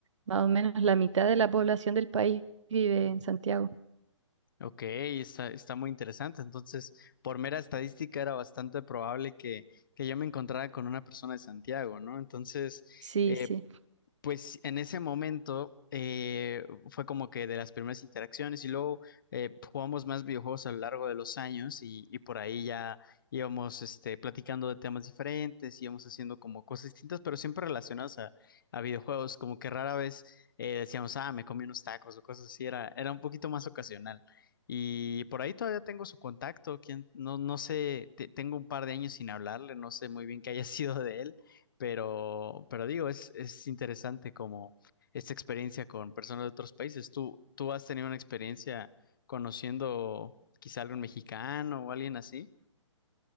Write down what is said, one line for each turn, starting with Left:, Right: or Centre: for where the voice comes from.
Right: más o menos la mitad de la población del país vive en Santiago.
Left: Ok, está, está muy interesante. Entonces, por mera estadística era bastante probable que, que yo me encontrara con una persona de Santiago, ¿no? Entonces,
Right: Sí,
Left: eh,
Right: sí.
Left: Pues en ese momento eh, fue como que de las primeras interacciones y luego eh, jugamos más videojuegos a lo largo de los años y, y por ahí ya íbamos este, platicando de temas diferentes, íbamos haciendo como cosas distintas, pero siempre relacionadas a, a videojuegos, como que rara vez eh, decíamos, ah, me comí unos tacos o cosas así, era, era un poquito más ocasional. Y por ahí todavía tengo su contacto, quien, no, no sé, te- tengo un par de años sin hablarle, no sé muy bien qué haya <laughs> sido de él, pero, pero digo, es, es interesante como esta experiencia con personas de otros países. ¿Tú, tú has tenido una experiencia conociendo quizá algún mexicano o alguien así?